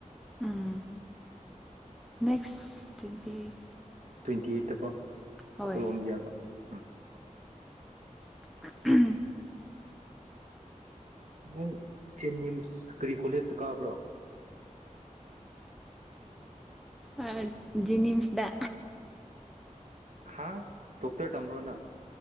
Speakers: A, in the centre; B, on the right (about 70°).
A: ꯎꯝ ꯅꯦꯛꯁ <unintelligible>
B: ꯇ꯭ꯋꯦꯟꯇꯤ ꯑꯩꯠꯇꯀꯣ
A: ꯍꯣꯏ
B: ꯀꯣꯂꯣꯝꯕꯤꯌꯥꯒ ꯎꯝ
A: <unintelligible>
B: ꯅꯪ ꯖꯦꯟꯅꯤꯝꯁ ꯀꯔꯤ ꯀꯣꯂꯦꯖꯇ ꯀꯥꯕ꯭ꯔꯣ
A: ꯑ ꯖꯦꯅꯤꯝꯁꯗ
B: ꯍꯥꯥ ꯗꯣꯛꯇꯔ ꯇꯝꯕ꯭ꯔꯣ ꯅꯪ